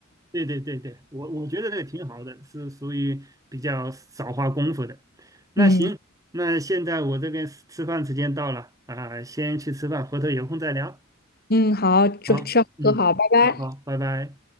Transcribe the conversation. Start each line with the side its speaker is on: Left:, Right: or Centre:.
Right: 对对对对，我我觉得这个挺好的，是属于比较少花功夫的。那行，
Left: 嗯
Right: 那现在我这边吃吃饭时间到了啊，先去吃饭，回头有空再聊。
Left: 嗯，好，吃吃喝好，
Right: 好，嗯，
Left: 拜拜。
Right: 好好，拜拜。